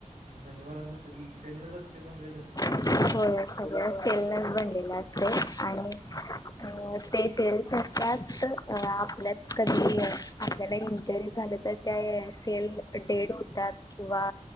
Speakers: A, on the right; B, on the left.
A: जनावरांच शरीर सेल नच असतय बनलेलं?
B: होय सगळं सेलच बन लेले असतय आणि ते सेल्स असत्यात अ आपल्यात कधी आपल्याला इंजूरी झाल्या तर त्या सेल डेड होतात किंवा